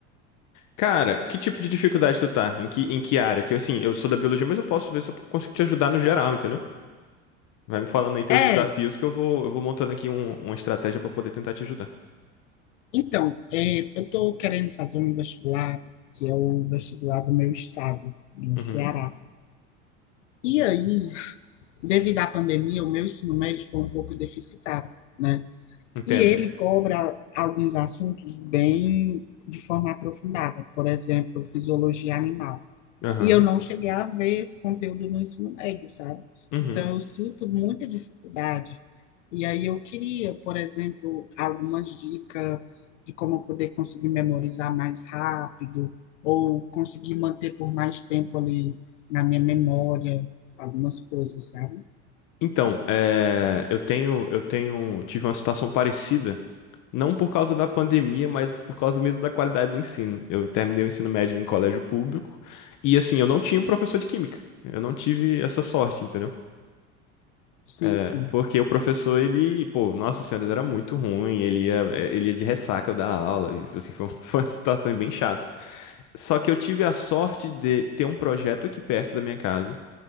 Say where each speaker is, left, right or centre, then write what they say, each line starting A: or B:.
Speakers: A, on the left; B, on the left.
A: Cara, que tipo de dificuldade tu tá? Em que, em que área? Que assim, eu sou da biologia, mas eu posso ver se eu consigo te ajudar no geral, entendeu? Vai me falando aí teus
B: É,
A: desafios que eu vou, eu vou montando aqui um- uma estratégia pra poder tentar te ajudar.
B: então, é, eu tô querendo fazer um vestibular que é o vestibular do meu estado, do
A: Uhum,
B: Ceará. E aí, devido à pandemia, o meu ensino médio foi um pouco deficitário. né?
A: entendo.
B: E ele cobra alguns assuntos bem de forma aprofundada, por exemplo, fisiologia animal.
A: Aham.
B: E eu não cheguei a ver esse conteúdo no ensino médio, sabe?
A: Uhum.
B: Então eu sinto muita dificuldade. E aí eu queria, por exemplo, algumas dicas de como eu poder conseguir memorizar mais rápido ou conseguir manter por mais tempo ali na minha memória algumas coisas, sabe?
A: Então, é, eu tenho, eu tenho, tive uma situação parecida Não por causa da pandemia, mas por causa mesmo da qualidade do ensino. Eu terminei o ensino médio em colégio público e, assim, eu não tinha um professor de química. Eu não tive essa sorte, entendeu?
B: Sim,
A: É,
B: sim.
A: porque o professor, ele, pô, nossa senhora, ele era muito ruim, ele ia, é, ele ia de ressaca da aula, e, assim, foi, um- <laughs> foram situações bem chatas. Só que eu tive a sorte de ter um projeto aqui perto da minha casa